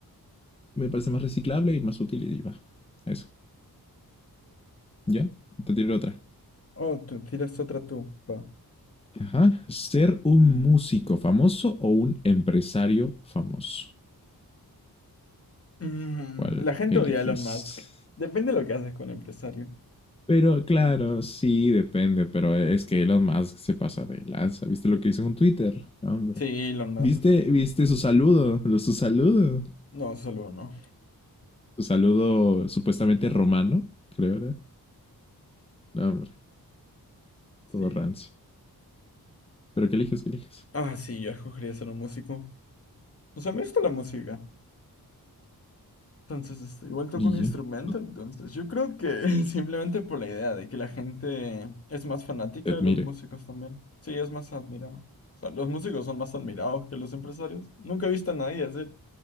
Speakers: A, on the left (about 15°); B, on the left (about 40°).
A: me parece más reciclable y más útil y va. Eso. ¿Ya? Te tiro otra.
B: Oh, tú tiras otra tú. Va.
A: Ajá. ¿Ser un músico famoso o un empresario famoso?
B: Mm,
A: ¿Cuál
B: la gente
A: eliges?
B: odia a Elon Musk. Depende de lo que haces con empresario.
A: Pero claro, sí, depende, pero es que Elon Musk se pasa de lanza. ¿Viste lo que hizo con Twitter? No, hombre.
B: Sí, Elon Musk.
A: ¿Viste,
B: sí.
A: viste su saludo? Lo- Su saludo.
B: No, solo no.
A: Su saludo supuestamente romano, creo, era. No, hombre,
B: Sí.
A: todo rancio. ¿Pero qué eliges? ¿Qué eliges?
B: Ah, sí, yo escogería ser un músico. O sea, me gusta la música. Entonces, este, igual toco
A: Y
B: un instrumento,
A: yo, no
B: entonces yo creo que <laughs> simplemente por la idea de que la gente es más fanática
A: te admire.
B: de los músicos también. Sí, es más admirado. O sea, los músicos son más admirados que los empresarios. Nunca he visto a nadie decir,